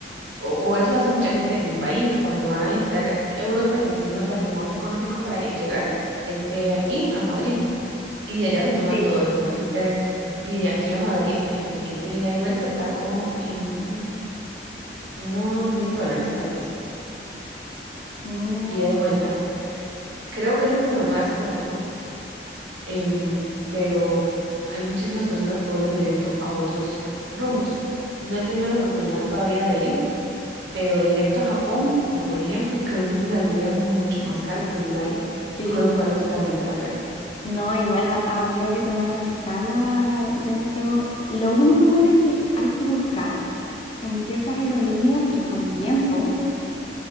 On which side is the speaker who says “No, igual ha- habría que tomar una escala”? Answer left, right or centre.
Left